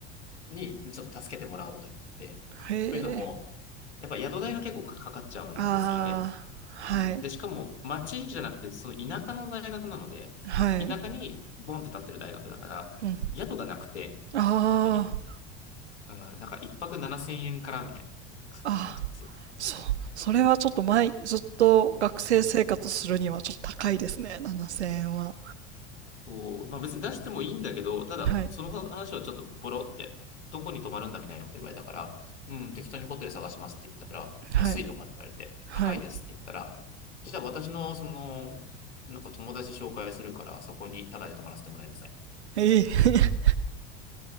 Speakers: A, on the left (about 80°); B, on the right (about 75°).
A: にちょっと助けてもらうことになって。
B: へえ。
A: というのも、やっぱ宿代が結構かかっちゃうんですよね。
B: ああ。はい。
A: うん。で、しかも町じゃなくて、その田舎の大学なので、
B: はい。
A: 田舎にボンって立ってる大学だから、
B: うん。
A: 宿がなくて、
B: ああ。
A: 本当に。うん、だから一泊7000円からみたいな感じになっちゃうんですよ。
B: ああ。そそれはちょっと前、ずっと学生生活するにはちょっと高いですね、
A: うん。
B: 7000円は。
A: そう、まあ別に出してもいいんだけど、ただ、
B: はい、
A: その話をちょっとボロって、どこに泊まるんだみたいなこと言われたから、うん、適当にホテル探しますって言ったら、
B: はい、
A: 安いのかって言われて、
B: はい。
A: 高いですって言ったら、じゃあ私の、その、なんか友達紹介するから、そこにタダで泊まらせてもらいなさいみたいな。
B: ええ